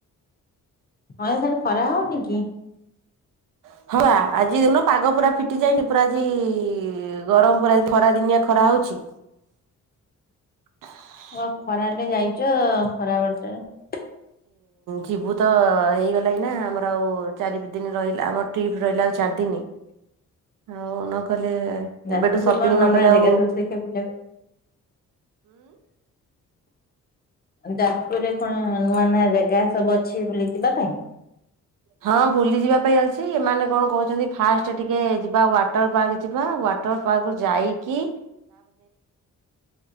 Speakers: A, on the left; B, on the right.
A: <inaudible>
B: <inaudible> ଗରମ୍----ଖରା ଦିନିଆ ଖରା ହଉଛି। <unintelligible>
A: <inaudible>
B: ଯିବୁ ତ ହେଇଗଲା ନା ଆମର ଆଉ ଚାରିପ୍ ଦିନ୍‌ ରହିଲା, ଆମ ଟ୍ରିପ୍ ରହିଲା ଆଉ ଚାର୍ ଦିନି, ଆଉ ନ ଗଲେ।
A: ଯାଜପୁରରେ
B: ଏବେଠୁ ଶପିଙ୍ଗ୍
A: ସବୁ କଣ ନୂଆ
B: ନ
A: ନୂଆ
B: କଲେ
A: ଜାଗା
B: ଆଉ।
A: ସବୁ ଅଛି ଦେଖିବାକୁ ବୁଲିବାକୁ? ଯା---ପୁର୍ ରେ ନୂଆ ନୂଆ ଜେଗା ସବୁ ଅଛି ବୁଲି ଯିବା ପାଇଁ?
B: ହଁ, ବୁଲି ଯିବା ପାଇଁ ଅଛି। ଏମାନେ କ'ଣ କହୁଛନ୍ତି ଫାଷ୍ଟେ ଟିକେ ଯିବା ୱାଟର୍ ପାର୍କ ଯିବା, ୱାଟ ପାର୍କ ରୁ ଯାଇକି।